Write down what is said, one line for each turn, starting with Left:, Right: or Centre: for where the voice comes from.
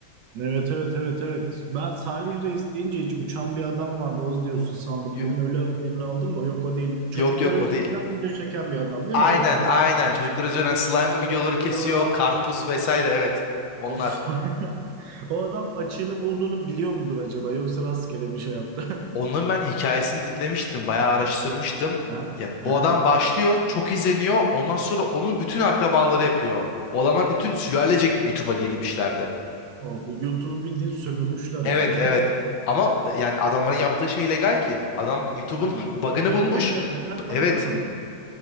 Right: Evet, evet, evet, evet. Ben Salih Reis deyince hiç uçan bir adam vardı. Oz diyorsun sandım.
Left: Yo-
Right: Bugün öyle haberini aldım da yok o değil. Çocuklara
Left: Yok yok o
Right: üzerinden
Left: değil.
Right: video çeken bir adam değil
Left: Aynen
Right: mi? Evet hatırlıyorum.
Left: aynen. Çocuklar üzerinden slime
Right: Bayağı
Left: videoları
Right: böyle villalar
Left: kesiyor.
Right: almış,
Left: Karpuz
Right: şey almış.
Left: vesaire evet. Onlar.
Right: Of. <laughs> O adam açığını bulduğunu biliyor mudur acaba? Yoksa rastgele mi şey yaptı? <laughs>
Left: Onun ben hikayesini dinlemiştim, bayağı araştırmıştım.
Right: Aha,
Left: Yani o
Right: aha.
Left: adam başlıyor, çok izleniyor. Ondan sonra onun bütün akrabaları yapıyor. O bütün sülalecek YouTube'a girmişlerdi.
Right: O, bir YouTube'u bildiğin sömürmüşler
Left: Evet,
Right: yani.
Left: evet. Ama e, yani adamların yaptığı şey legal ki. Adam
Right: <laughs>
Left: YouTube'un
Right: Aynen.
Left: bug'ını
Right: Tabii canım
Left: bulmuş.
Right: legal legal para
Left: Evet.
Right: kazanıyor.